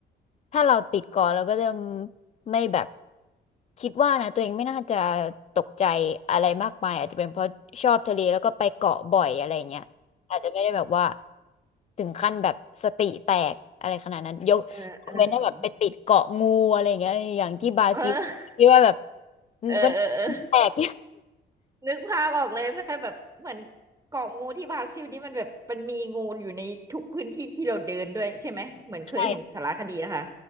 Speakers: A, on the left (about 35°); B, on the right (about 15°).
A: ถ้าเราติดก่อนเราก็จะไม่แบบคิดว่านะตัวเองไม่น่าจะตกใจอะไรมากมายอาจจะเป็นเพราะชอบทะเลแล้วก็ไปเกาะบ่อยอะไรเงี้ยอาจจะไม่ได้แบบว่าถึงขั้นแบบสติแตกอะไรขนาดนั้นยกยกเว้นถ้าแบบไปติดเกาะงูอะไรเงี้ยอย่างที่บราซิลที่ว่าแบบ
B: อ่าเออเออเออเออเออเออ
A: ก็แตก
B: นึกภาพออกเลยแบบเหมือนเกาะงูที่บราซิลนี่มันแบบมันมีงูอยู่ในทุกพื้นที่ที่เราเดินด้วยใช่ไหมเหมือนเคยเห็นสารคดีนะคะ
A: <laughs> ใช่